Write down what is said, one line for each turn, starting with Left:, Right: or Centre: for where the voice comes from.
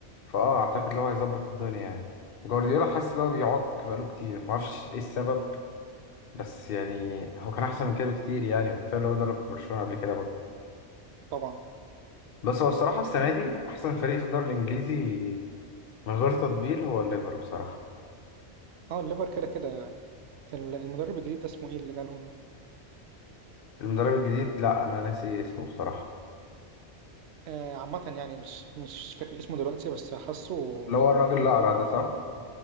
Left: فاه اعتقد اللي هو هيظبط الدنيا يعني جوارديولا حاسس اللي هو بيعك بقاله كتير معرفش ايه السبب بس يعني هو كان احسن من كده بكتير يعني كفايه اللي هو درب برشلونة قبل كده برضه
Right: طبعا
Left: بس هو الصراحة السنة دي احسن فريق في الدوري الانجليزي من غير تطبيل هو الليفر بصراحة
Right: اه الليفر كده كده ال- المدرب الجديد ده اسمه ايه اللي جالهم
Left: المدرب الجديد لا انا ناسي اسمه بصراحة
Right: آه عامة يعني مش مش فاكر اسمه دلوقتي بس حاسه
Left: اللي هو الراجل
Right: مطور
Left: الاقرع ده
Right: الفريق
Left: صح
Right: جامد